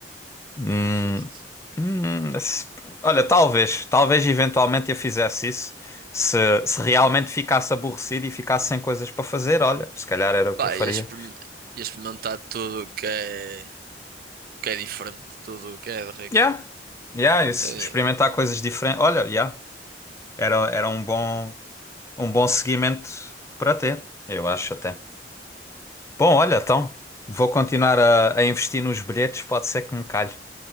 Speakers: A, on the left; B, on the right.
A: Hum,
B: Foda-se.
A: Hum, se- olha, talvez, talvez eventualmente eu fizesse isso se, se realmente ficasse aborrecido e ficasse sem coisas para fazer. Olha, se calhar era o
B: Pá,
A: que eu faria.
B: ia experim- ia experimentar tudo o que é, que é diferente, tudo o que é de rico,
A: Yeah,
B: pá.
A: yeah, isso,
B: É,
A: experimentar coisas diferentes. Olha, yeah, era, era um bom, um bom seguimento para ter, eu acho até. Bom, olha, então vou continuar a, a investir nos bilhetes, pode ser que me calhe.